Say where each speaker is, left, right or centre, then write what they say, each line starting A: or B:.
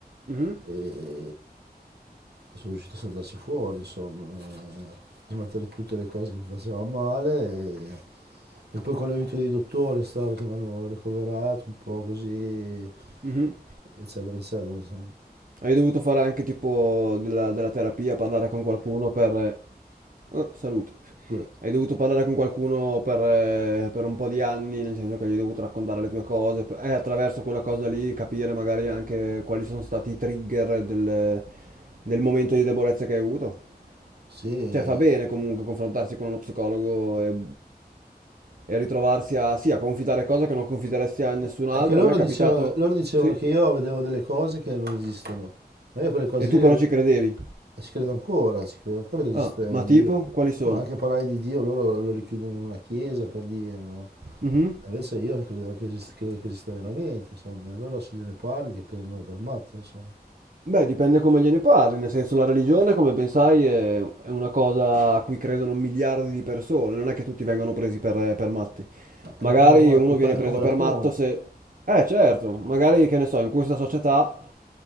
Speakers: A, on the right (about 55°); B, on the right (about 85°).
A: Mhm,
B: e, e sono riuscito a saltarci fuori, insomma, eh, a smettere tutte le cose che mi facevano male, e, e poi con l'aiuto dei dottori è stato che mi hanno ricoverato un po' così,
A: mhm.
B: eccetera, eccetera, insomma.
A: Hai dovuto fare anche tipo della, della terapia, parlare con qualcuno per... eh, ah, salute.
B: Scusa,
A: Hai dovuto parlare con qualcuno per, eh, per un po' di anni, nel senso che gli hai dovuto raccontare le tue cose, per- e attraverso quella cosa lì capire magari anche quali sono stati i trigger del, del momento di debolezza che hai avuto.
B: sì.
A: Cioè fa bene comunque confrontarsi con uno psicologo e, e ritrovarsi a, sì, a confidare cose che non confideresti a nessun
B: Eh, È
A: altro.
B: che loro
A: A me è
B: dicevano,
A: capitato,
B: loro dicevano
A: sì,
B: che io vedevo delle cose che non esistono. Ma io quelle cose
A: e tu
B: lì
A: però ci credevi.
B: le- ci credo ancora, ci credo ancora che esiste
A: Ah, ma
B: Dio.
A: tipo, quali sono?
B: Ma anche parlare di Dio loro lo richiudono in una chiesa per dire, no?
A: Mhm.
B: E Invece io credevo che esiste, credo che esista veramente, insomma. E loro se gliene parli ti prendono per matto, insomma.
A: Beh, dipende come gliene parli, nel senso la religione, come ben sai, è, è una cosa a cui credono miliardi di persone, non è che tutti vengono presi per per matti.
B: Eh,
A: magari
B: dipende come,
A: uno
B: dipende
A: viene preso
B: come
A: per
B: la poni.
A: matto se... Eh certo, magari che ne so, in questa società